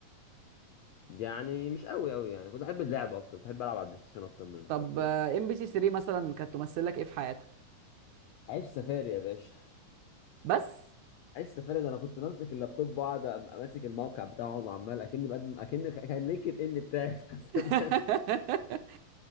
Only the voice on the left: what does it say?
يعني مش قوي قوي يعني كنت احب اللعب اكتر بحب العب على البلاي ستيشن اكتر من
الكرتون
عيش سفاري يا باشا
عيش سفاري ده انا كنت بمسك اللابتوب واقعد أم- ماسك الموقع بتاعه وعمال اكني بقدم اكن كان لينكد ان بتاعي بتاع زمان